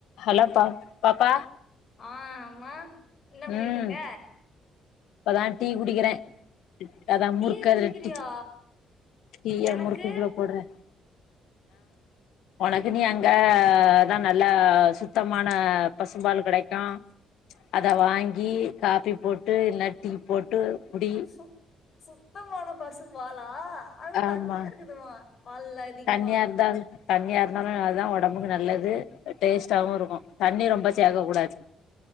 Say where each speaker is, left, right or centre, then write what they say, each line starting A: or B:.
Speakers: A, on the left (about 85°); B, on the left (about 50°).
A: hello பா பாப்பா
B: ஆ ஆமா என்ன பண்ணிட்டு
A: ம்
B: இருக்க
A: இப்பதா டீ குடிக்கிறே அதா முறுக்கு
B: டீய குடிக்கிறியா
A: அதுல டீ டீய
B: எனக்கு
A: முறுக்குக்குள்ள போடுறே உனக்கு நீ அங்கதா நல்லா சுத்தமான பசும்பால் கெடைக்கு அத வாங்கி காபி போட்டு இன்ன டீ போட்டு குடி
B: சு சுத்தமான பசும்பாலா ஆனா
A: ஆமா
B: தண்ணியா இருக்குதுமா பால்ல அதிகமா
A: தண்ணியா இருந்தால் தண்ணியா இருந்தாலு அதா ஓடம்புக்கு நல்லது டேஸ்ட்டாவு இருக்கு தண்ணி ரொம்ப சேக்க கூடாது